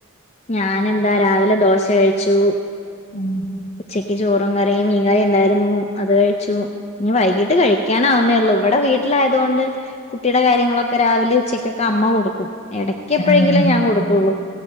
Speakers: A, on the left; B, on the left.
A: ഞാനെന്താ രാവിലെ ദോശ കഴിച്ചു
B: ഉം <unintelligible>
A: ഉച്ചക്ക് ചോറും കറിയും മീൻകറിയും ഉണ്ടായിരുന്നു അത് കഴിച്ചു ഇനി വൈകീട്ട് കഴിക്കാനാവ ന്നേ ഉള്ളൂ ഇവിടെ വീട്ടിലായയതുകൊണ്ട് കുട്ടിയുടെ കാര്യങ്ങളൊക്കെ ഒക്കെ രാവിലെ ഉച്ചക്കൊക്കെ അമ്മ കൊടുക്കും ഇടക്ക
B: ഉം
A: എപ്പോഴെങ്കിലേ ഞാൻ കൊടുക്കുള്ളൂ